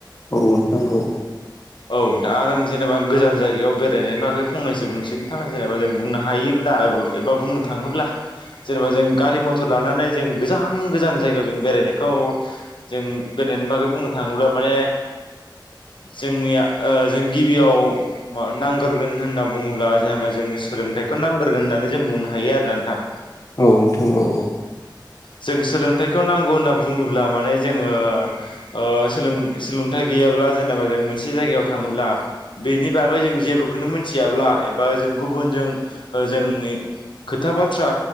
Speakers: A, on the left (about 40°); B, on the left (about 80°).
A: औ औ नोंथां औ औ।
B: औ दा आरो जेनेबा गोजान जायगायाव बेरायनायनि बागै फंनैसो बुंनोसै नोंथाङा जेनेबा जों बुंनो हायो। ब्ला एबा बुंनो थाङोब्ला जेनेबा जों गारि मथर लानानै जों गोजान गोजान जायगायाव जों बेरायनायखौ जों बेरायनायनि बागै बुंनो थाङोब्ला माने जोंनिया ओ जों गिबियाव मा नांगोरगोन होनना बुङोब्ला जेनेबा जों सोलोंथाइखौ नांग्रोगोन होन्नानै जों बुंनो हायो आरो ना नोंथां।
A: औ नोंथां औ औ।
B: जों सोलोंथाइखौ नांगौ होनना बुङोब्ला माने जोङो ओ सोलों सोलोंथाय गैयाब्ला जेनेबा जों मोनसे जायगायाव थाङोब्ला बेनि बागै जों जेबोखौनो मोनथियाब्ला एबा जों गुबुनजों ओ जोंनि खोथा बाथ्रा